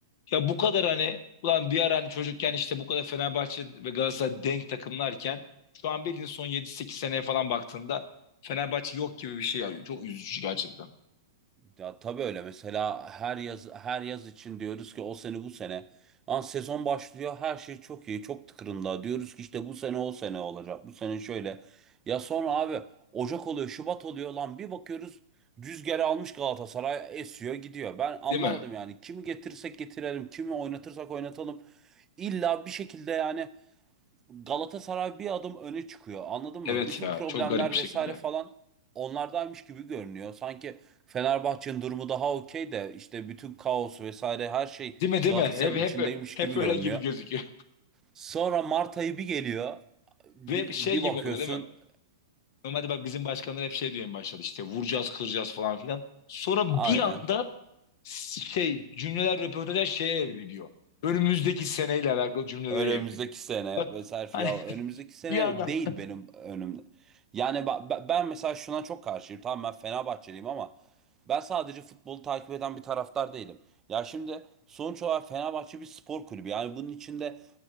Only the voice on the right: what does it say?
Ya tabii öyle mesela her yaz her yaz için diyoruz ki o sene bu sene Lan sezon başlıyor her şey çok iyi çok tıkırında diyoruz ki işte bu sene o sene olacak bu sene şöyle ya sonra abi Ocak oluyor Şubat oluyor lan bir bakıyoruz rüzgarı almış Galatasaray esiyor gidiyor ben anlamadım
yani kimi getirsek getirelim kimi oynatırsak oynatalım illa bir şekilde yani Galatasaray bir adım öne çıkıyor. Anladın mı?
Bütün
problemler
vesaire falan onlardaymış gibi görünüyor. Sanki Fenerbahçe'nin durumu daha okey de işte bütün kaos vesaire her şey
Galatasaray'ın
içindeymiş
gibi
görünüyor.
Sonra Mart ayı bir geliyor.
Bir,
bir
bakıyorsun
aynen
önümüzdeki
sene
vesaire.
Ya önümüzdeki
sene
değil benim önümde. Yani ba- ben mesela şuna çok karşıyım. Tamam ben Fenerbahçeliyim ama Ben sadece futbolu takip eden bir taraftar değilim. Ya şimdi sonuç olarak Fenerbahçe bir spor kulübü. Yani bunun içinde